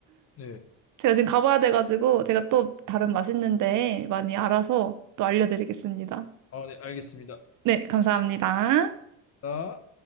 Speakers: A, on the left (about 40°); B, on the right (about 55°).
A: 네.
B: 제가 지금 가봐야 돼가지고 제가 또 다른 맛있는 데 많이 알아서 또 알려드리겠습니다.
A: 아, 네, 알겠습니다.
B: 네, 감사합니다.
A: 아.